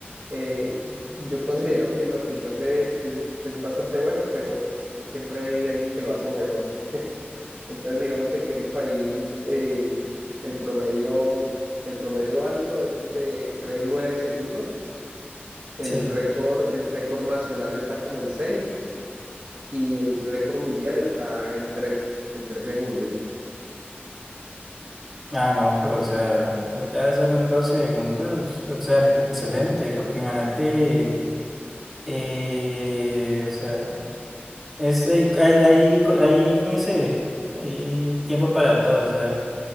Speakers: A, on the right; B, in the centre.
A: eh, yo considero que lo que yo sé es, es bastante bueno, pero siempre hay alguien que lo hace mejor. Entonces, digamos que aquí en el país eh, el promedio, el promedio alto es el de por ahí en 9 segundos. El
B: sí.
A: récord, el récord nacional está como en 6 y el récord mundial está en tres en tres segundos.
B: Ah, no, pero o sea, pues ya hacerlo en 12 segundos, o sea, le- excelente, porque imagínate. Eh, o sea, es, hay, hay, hay, co- hay, ¿cómo dice? Hay tiempo para todo. O sea,